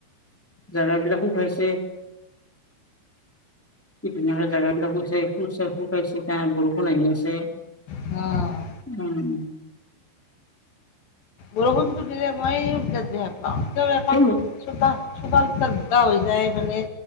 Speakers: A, in the centre; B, on the left (about 55°).
A: জান বিলাকো খাইছে, কি ধুনীয়াক জোগাবিলাক শুইছে শুাই শু খাইছ ত বৰষুণ আহি আছে,
B: অঁ
A: উম
B: বৰষুণটো দিলে মই বিৰাট বেয়া পাওঁ কিয় বেয়া পাওঁ,
A: এই
B: চোতা চোতাল তুতাল বোকা হৈ যায় মানে,